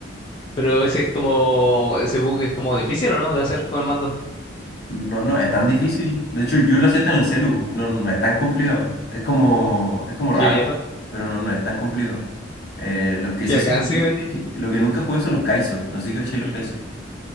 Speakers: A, on the left; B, on the left.
A: pero ese es como. Ese bug es como difícil, ¿o no? De hacer con el mando.
B: No, no, es tan difícil. De hecho, yo lo hacía hasta en el celu. No, no es tan complicado. Es como, es como raro,
A: Qué mierda.
B: pero no, no es tan complicado. Eh, los que
A: Qué
B: sí
A: acá
B: son difíciles,
A: sí,
B: y que, lo que nunca jugué son los kaisos. No sé si cachai los
A: weón.
B: kaisos.